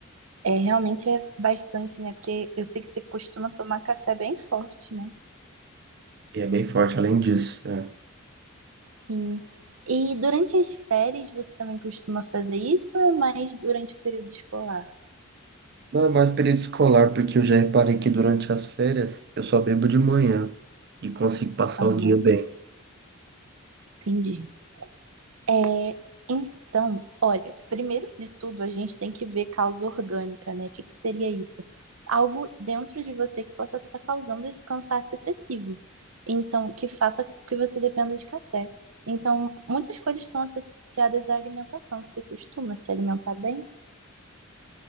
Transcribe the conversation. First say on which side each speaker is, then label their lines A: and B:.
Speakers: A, on the right (about 80°); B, on the right (about 50°).
A: É, realmente é bastante, né? Porque eu sei que você costuma tomar café bem forte, né?
B: E é bem forte além disso. é.
A: Sim. E durante as férias você também costuma fazer isso ou é mais durante o período escolar?
B: Não é mais período escolar, porque eu já reparei que durante as férias eu só bebo de manhã e consigo passar
A: Aham,
B: o dia bem.
A: entendi. É, então, olha, primeiro de tudo, a gente tem que ver causa orgânica, né? O que que seria isso? Algo dentro de você que possa estar causando esse cansaço excessivo. Então, que faça que você dependa de café. Então, muitas coisas estão associadas à alimentação. Você costuma se alimentar bem?